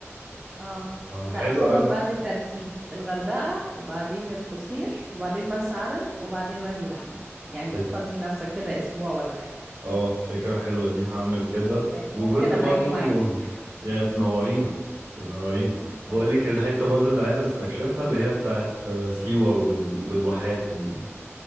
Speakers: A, on the right; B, on the right.
A: اه
B: آه،
A: لا
B: حلوه
A: خدهم بقى بالترتيب الغردقة وبعدين القصير وبعدين مرسى علم وبعدين وادي لحمي يعني
B: قوي
A: فضي نفسك كده اسبوع ولا حاجة
B: اه فكرة حلوة دي هعمل كده
A: اوكي وممكن
B: وجزء
A: ابقى
B: برضو
A: اجي معاك
B: <laughs> يا تنورينا تنورينا
A: اوكي
B: بقولك الحتة برضو اللي عايز استكشفها اللي هي بتاعت آه، سيوة وال... والواحات ال-